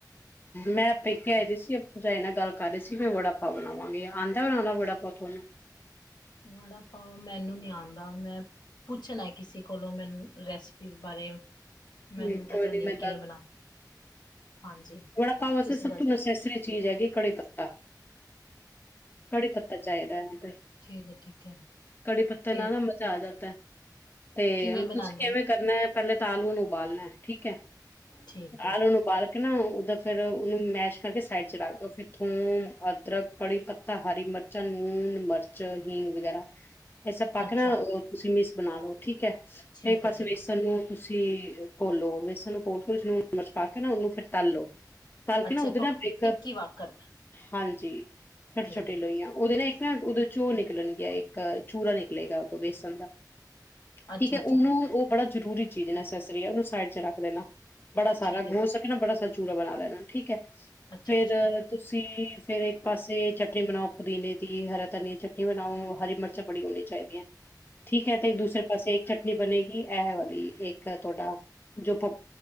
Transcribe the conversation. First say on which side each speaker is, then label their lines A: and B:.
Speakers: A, on the left; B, on the left.
A: ਮੈਂ ਪੇਕੇ ਆਈ
B: ਹਾਂ
A: ਦੀ ਸੀ ਅ ਪਰਜਾਈ ਨਾਲ ਗੱਲ ਕਰ ਰਈ ਸੀ ਕੇ ਵੜਾ-ਪਾਓ ਬਨਾਵਾਂਗੇ, ਆਂਦਾ ਬਨਾਨਾ ਵੜਾ-ਪਾਓ ਤੁਆਨੂੰ।
B: ਵੜਾ-ਪਾਓ, ਮੈਨੂੰ ਨੀ ਆਂਦਾ, ਮੈਂ ਪੁੱਛਣਾ ਕਿਸੀ ਕੋਲੋਂ ਮੈਨੂੰ ਰੈਸਪੀ ਬਾਰੇ,
A: ਹੂੰ,
B: ਮੈਨੂੰ
A: ਕੋਈ
B: ਪਤਾ
A: ਨੀ
B: ਨਈ
A: ਮੈਂ
B: ਕਿਵੇਂ ਬਨਾ, ਹਾਂਜੀ।
A: ਵੜਾ-ਪਾਓ ਵੈਸੇ
B: ਤੁਸੀਂ
A: ਸਭ
B: ਦੱਸ
A: ਤੋਂ ਨਸੈਸਰੀ ਚੀਜ਼ ਹੈਗੀ ਕੜੀ ਪੱਤਾ। ਕੜੀ ਪੱਤਾ ਚਾਈਦਾ ਐਵੇ ਤੇ,
B: ਠੀਕ ਹੈ ਠੀਕ ਹੈ
A: ਕੜੀ ਪੱਤਾ
B: ਤੇ
A: ਨਾਲ ਮਝਾ ਆ ਜਾਂਦਾ ਤੇ
B: ਕਿਵੇਂ ਬਣਾਉਂਦੇ
A: ਤੁਸੀਂ ਕਿਵੇ
B: ਨੇ
A: ਕਰਨਾ ਪੈਲੇ ਤਾਲੂਆ ਨੂੰ ਉਬਾਲਨਾ ਏ ਠੀਕ ਐ।
B: ਠੀਕ ਹੈ
A: ਆਲੂਆ ਨੂੰ ਉਬਾਲ ਕੇ ਨਾ ਫੇਰ ਉਨੂੰ ਮੈਸ਼ ਕਰਕੇ ਸਾਈਡ ਚ ਰੱਖਦੋ, ਫੇਰ ਥੋਮ, ਅਦਰਕ ਕੜੀ-ਪੱਤਾ, ਹਰੀ-ਮਰਚਾਂ, ਨੂੰਨ, ਮਰਚ, ਹਿੰਗ ਵਗੈਰਾ ਏ ਸਬ ਪਾ
B: ਅੱਛਾ
A: ਕੇ ਨਾ, ਓ ਤੁਸੀਂ ਮਿਸ ਬਨਾ ਲਓ ਠੀਕ ਐ,
B: ਠੀਕ
A: ਫੇਰ ਪਾਸੇ
B: ਹੈ ਠੀਕ
A: ਵੇਸਨ
B: ਹੈ
A: ਨੂੰ ਤੁਸੀਂ ਘੋਲੋ ਵੇਸਨ ਨੂੰ ਕੇ ਨਾ ਲੂਣ ਮਿਰਚ ਪਾ ਕੇ ਫਿਰ ਤਲੋ ਪਾਲਕ
B: ਅੱਛਾ
A: ਨਾ ਉਹਦੇ ਨਾਲ
B: ਪ
A: ਇੱਕ
B: ਟਿੱਕੀ ਵਾਕਣ
A: ਹਾਂਜੀ ਛੋਟੇ
B: ਠੀਕ
A: ਛੋਟੇ
B: ਹੈ
A: ਲੋਹੀਆਂ
B: ਠੀਕ
A: ਉਹਦੇ ਨਾਲ ਇੱਕ ਉਦੋਂ ਚੋ ਨਿਕਲਣ ਗਿਆ ਇੱਕ ਚੂਰਾ ਨਿਕਲੇਗਾ ਬੇਸ।
B: ਅੱਛਾ
A: ਠੀਕ ਹੈ
B: ਅੱਛਾ
A: ਉਹਨੂੰ ਉਹ ਬੜਾ ਜ਼ਰੂਰੀ ਚੀਜ਼ ਨਰੀ ਹੈ। ਉਹਨੂੰ ਸਾਈਡ ਵਿੱਚ ਰੱਖ ਦੇਣਾ। ਬੜਾ ਸਾਰਾ
B: ਠੀਕ ਹੈ
A: ਹੋਸਕੇ ਨਾ ਬੜਾ <inaudible>
B: ਅੱਛਾ
A: ਫੇਰ
B: ਅੱਛਾ
A: ਤੁਸੀਂ ਫੇਿਰ ਇੱਕ ਪਾਸੇ ਚਟਨੀ ਬਣਾਓ। ਪੁਦੀਨੇ ਦੀ ਹਰਾ ਧਨੀ ਦੀ ਚਟਨੀ ਬਣਾਓ ਹਰੀ ਮਰਚ ਪਾਓ। ਚਟਣੀ ਹੋਣੀ ਚਾਹੀਦੀ ਹੈ। ਠੀਕ ਹੈ ਤੇ ਇੱਕ ਦੂਸਰੇ ਪਾਸੇ ਇੱਕ ਚਟਨੀ ਬਣੇਗੀ। ਇਹ ਵਾਰੀ ਇੱਕ ਤੁਹਾਡਾ ਜੋ